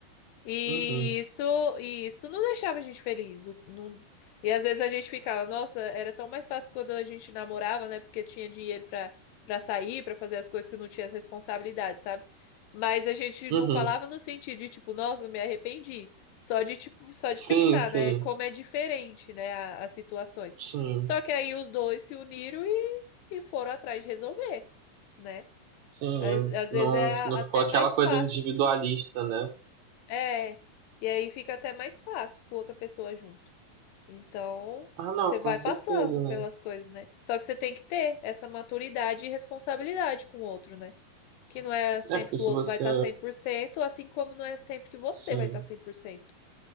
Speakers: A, on the left (about 85°); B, on the right (about 70°).
A: E
B: Uhum,
A: isso, e isso não deixava a gente feliz. O- não- E às vezes a gente ficava, nossa, era tão mais fácil quando a gente namorava, né? Porque tinha dinheiro pra para sair, pra fazer as coisas que não tinha as responsabilidades, sabe? Mas a gente
B: uhum.
A: não falava no sentido de tipo, nossa, me arrependi. Só de tipo, só de pensar,
B: Sim, sim,
A: né? Como é diferente, né? a- as situações.
B: sim,
A: Só que aí os dois se uniram e, e foram atrás de resolver, né?
B: sim,
A: Às,
B: eu-
A: às
B: não,
A: vezes é até
B: não ficou aquela
A: mais
B: coisa
A: fácil
B: individualista, né.
A: é, e aí fica até mais fácil com outra pessoa junto. Então,
B: Ah, não,
A: você
B: com
A: vai
B: certeza,
A: passando pelas
B: né.
A: coisas, né? Só que você tem que ter essa maturidade e responsabilidade com o outro, né? Que não é sempre
B: É, porque
A: que
B: se
A: o outro
B: você,
A: vai estar 100%, assim como não é sempre que você
B: sim.
A: vai estar 100%.